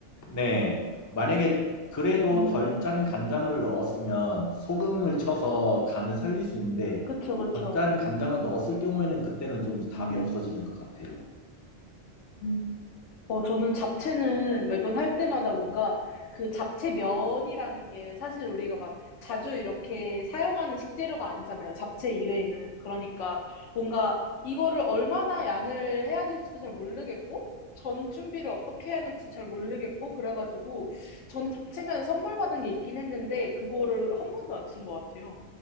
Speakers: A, on the left (about 30°); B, on the left (about 80°).
A: 네. 만약에 그래도
B: 음,
A: 덜 짠 간장을 넣었으면 소금을 쳐서 간을 살릴 수 있는데
B: 그쵸, 그쵸.
A: 더 짠 간장을 넣었을 경우에는 그때는 좀 답이
B: 음,
A: 없어지는 것 같아요.
B: 음. 어, 저는 잡채는 매번 할 때마다 뭔가 그 잡채 면이라는 게 사실 우리가 막 자주 이렇게 사용하는 식재료가 아니잖아요. 잡채 이외에는. 그러니까 뭔가 이거를 얼마나 양을 해야 될지도 잘 모르겠고, 전 준비를 어떻게 해야 될지 잘 모르겠고, 그래가지고 저는 잡채면 선물 받은 게 있긴 했는데, 그거를 한 번도 안 쓴 것 같아요.